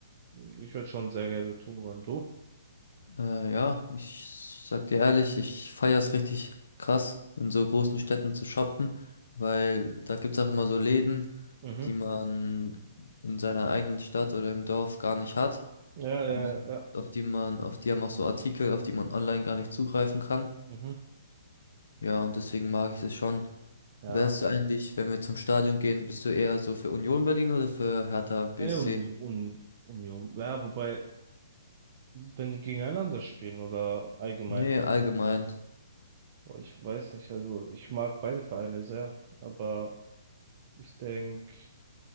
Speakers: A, on the right; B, on the left.
A: ich würde schon sehr gerne tun wollen. Du?
B: äh, ja, ich sag dir ehrlich, ich feiere es richtig krass, in so großen Städten zu shoppen, weil da gibt's auch immer so Läden,
A: Mhm.
B: die man in seiner eigenen Stadt oder im Dorf gar nicht hat
A: Ja,
B: und
A: ja, ja.
B: auf die man, auf die haben auch so Artikel, auf die man online gar nicht zugreifen kann.
A: Mhm.
B: Ja, und deswegen mag ich das schon.
A: Ja.
B: Wärst du eigentlich, wenn wir zum Stadion gehen, bist du eher so für Union Berlin oder für Hertha BSC?
A: Ey, und, und Union. Ja, wobei, wenn die gegeneinander spielen oder allgemein.
B: Nee, allgemein.
A: Boah, Ich weiß nicht, also ich mag beide Vereine sehr, aber ich denke,